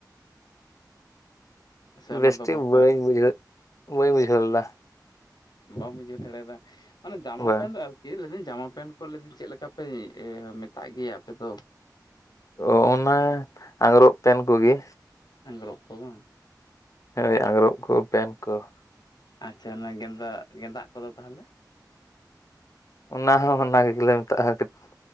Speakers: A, on the left (about 75°); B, on the left (about 45°).
A: ᱥᱮ ᱚᱱᱟ
B: ᱵᱮᱥᱴᱷᱤᱠ
A: ᱫᱚ ᱵᱟᱯᱮ
B: ᱵᱟᱹᱧ ᱵᱩᱡᱷᱟᱹᱣ, ᱵᱟᱹᱧ ᱵᱩᱡᱷᱟᱹᱣ ᱞᱮᱫᱟ?
A: ᱵᱟᱢ ᱵᱩᱡᱷᱟᱹᱣ ᱫᱟᱲᱮ ᱭᱟᱫᱟ? ᱢᱟᱱᱮ ᱡᱟᱢᱟ
B: ᱵᱟᱝ
A: ᱯᱮᱱᱴ ᱟᱨᱠ ᱞᱟᱹᱭᱤᱫᱟᱹᱧ, ᱡᱟᱢᱟ ᱯᱮᱱᱴ ᱠᱚ, ᱞᱟᱹᱭᱮᱫᱟᱹᱧ ᱪᱮᱫ? ᱞᱮᱠᱟ ᱯᱮ, ᱮᱼ ᱮᱼ ᱢᱮᱛᱟᱜ ᱜᱮᱭᱟ, ᱟᱯᱮ ᱫᱚ ᱾
B: ᱚᱼ ᱚᱱᱟ, ᱟᱝᱨᱚᱵ ᱯᱮᱱ ᱠᱚᱜᱮ᱾
A: ᱟᱸᱜᱽᱨᱚᱵ ᱠᱚ ᱵᱟᱝ?
B: ᱦᱚᱭ, ᱟᱝᱨᱚᱵ ᱠᱚ, ᱯᱮᱱ ᱠᱚ ᱾
A: ᱟᱪᱪᱷᱟ, ᱚᱱᱟ ᱜᱮᱸᱮᱫᱟᱜ, ᱜᱮᱸᱫᱟᱜ ᱠᱚᱫᱚ ᱛᱟᱦᱚᱞᱮ?
B: ᱚᱱᱟ ᱦᱚᱸ ᱚᱱᱟ ᱜᱮ ᱞᱮ ᱢᱮᱛᱟᱜᱼᱟ᱾ <unintelligible>